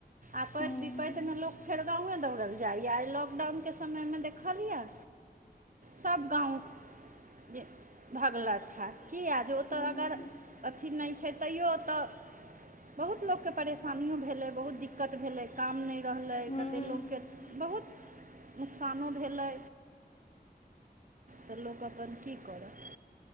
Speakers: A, on the right; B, on the left.
A: आपैत
B: हूँ
A: विपैत में लोक फेर गांवे दौड़ल जाययैऽ आय लॉकडाउन के समय मे देखलियै सब गाँव- जे भगलैथहे। कियैऽ जे ओत
B: हूँ
A: अगर अथि नय छै तैओ ओतऽ बहुत लोक के परेशानियो भेले, बहुत दिक्क- दिक्कत भेलै, काम नय रहलै
B: हूँ
A: कते लोकके बहुत कानो भेलै तऽ लोक अप्पन की करत।